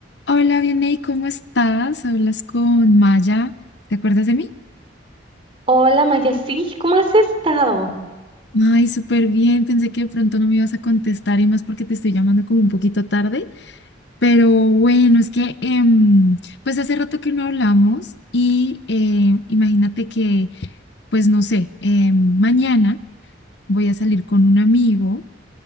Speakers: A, on the left; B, on the right.
A: Hola, Vianey, ¿cómo estás? Hablas con Maya. ¿Te acuerdas de mí?
B: Hola Maya, sí, ¿cómo has estado?
A: Ay, súper bien. Pensé que de pronto no me ibas a contestar y más porque te estoy llamando como un poquito tarde. Pero bueno, es que em, pues hace rato que no hablamos y em, imagínate que, pues no sé, em, mañana voy a salir con un amigo